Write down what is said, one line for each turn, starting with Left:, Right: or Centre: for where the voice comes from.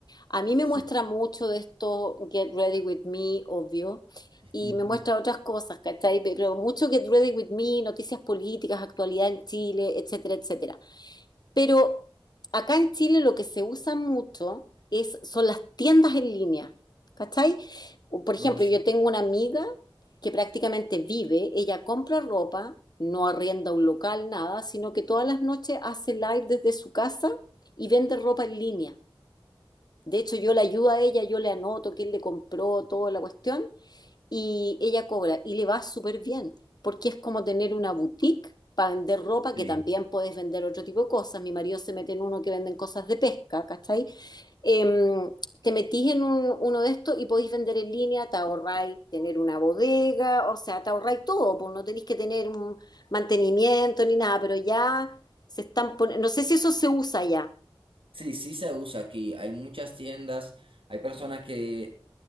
Left: A mí me
Right: Sí.
Left: muestra mucho de esto Get Ready With Me, obvio,
Right: <laughs>
Left: y me muestra otras cosas, ¿cachai? Pero mucho Get Ready With Me, noticias políticas, actualidad en Chile, etcétera, etcétera. Pero acá en Chile lo que se usa mucho es, son las tiendas en línea, ¿cachai? Por ejemplo,
Right: No, sí,
Left: yo tengo una amiga que prácticamente vive, ella compra ropa, no arrienda un local, nada, sino que todas las noches hace live desde su casa y vende ropa en línea. De hecho, yo le ayudo a ella, yo le anoto quién le compró, toda la cuestión, y ella cobra y le va súper bien, porque es como tener una boutique para vender ropa,
Right: sí.
Left: que también puedes vender otro tipo de cosas. Mi marido se mete en uno que venden cosas de pesca, ¿cachai? Em, te metís en un- uno de estos y podéis vender en línea, te ahorráis tener una bodega, o sea, te ahorráis todo, pues no tenéis que tener un mantenimiento ni nada, pero ya se están poniendo, no sé si eso se usa ya.
Right: Sí, sí se usa aquí. Hay muchas tiendas, hay personas que